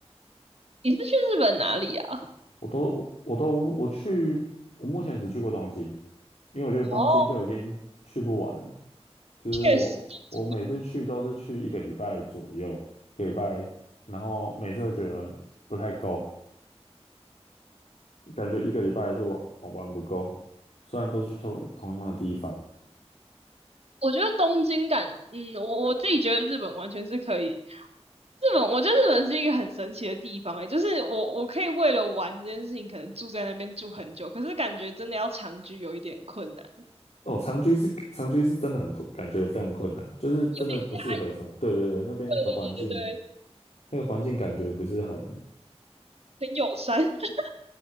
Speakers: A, on the right; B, on the left.
A: 宜。你是去日本哪里啊？
B: 我都我我都我去，我目前只去过东京，因为我觉得东京就已经去不完了。
A: 哦，
B: 就是我我每次去都是去一个礼拜左右，
A: 确实，东京
B: 一个礼拜，然后每次都觉得不太够，感觉一个礼拜还是玩玩玩不够，虽然都去同同样的地方。
A: 我觉得东京感，嗯，我我自己觉得日本完全是可以。日本，我觉得日本是一个很神奇的地方、欸，哎，就是我我可以为了玩这件事情，可能住在那边住很久，可是感觉真的要长居有一点困难。
B: 哦，长居是长居是真的很困，感觉非常困难，就是真的不适合长。
A: 有点压，
B: 对对对，那边的环境，
A: 对对对对对，
B: 那个环境感觉不是很，
A: 很友善。<laughs>